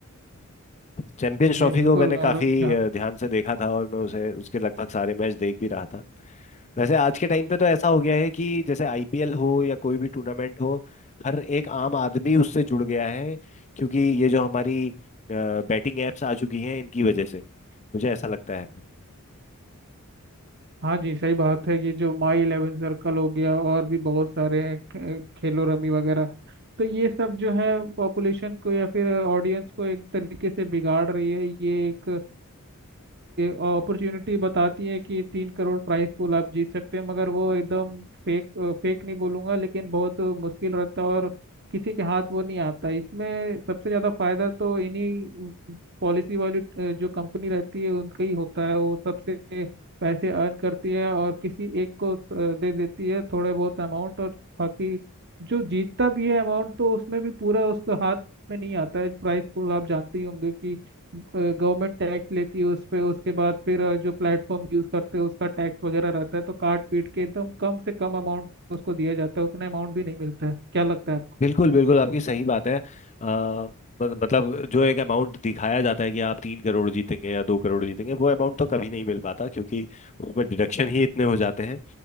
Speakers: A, on the left; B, on the right.
A: चैंपियंस ट्रॉफी
B: जी बिल्कुल
A: को मैंने काफ़ी
B: और जहाँ-
A: ध्यान से देखा था और मैं उसे उसके लगभग सारे मैच देख भी रहा था वैसे आज के टाइम पे तो ऐसा हो गया है कि जैसे आईपीएल हो या कोई भी टूर्नामेंट हो हर एक आम आदमी उससे जुड़ गया है क्योंकि ये जो हमारी बैटिंग एप्स आ चुकी हैं इनकी वजह से मुझे ऐसा लगता है
B: हाँ जी सही बात है ये जो माई इलेवन सर्कल हो गया और भी बहुत सारे हैं खे- खेलो रमी वगैरह तो ये सब जो है पॉपुलेशन को या फिर ऑडियंस को एक तरीके से बिगाड़ रही है ये एक अपॉर्चुनिटी बताती है कि तीन करोड़ प्राइस पूल आप जीत सकते हैं मगर वो एकदम फेक फेक नहीं बोलूंगा लेकिन बहुत मुश्किल रहता है और किसी के हाथ वो नहीं आता इसमें सबसे ज़्यादा फायदा तो इन्हीं पॉलिसी वाली अ, जो कंपनी रहती है उनका ही होता है वो सबसे पैसे अर्न करती है और किसी एक को अ, दे देती है थोड़े बहुत अमाउंट और बाकी जो जीतता भी है अमाउंट तो उसमें भी पूरा उसका हाथ में नहीं आता है प्राइस पूल आप जानते ही होंगे कि गवर्नमेंट टैक्स लेती है उस पे उसके बाद फिर अ, जो प्लेटफॉर्म यूज करते हैं उसका टैक्स वगैरह रहता है तो काट पीट के एकदम कम से कम अमाउंट उसको दिया जाता है उतना अमाउंट भी नहीं मिलता है क्या लगता है आपको
A: बिल्कुल बिल्कुल आपकी सही बात है अ, मत- मतलब जो एक अमाउंट दिखाया जाता है कि आप तीन करोड़ जीतेंगे या दो करोड़ जीतेंगे वो अमाउंट तो कभी नहीं मिल पाता क्योंकि उस पर डिडक्शन ही इतने हो जाते हैं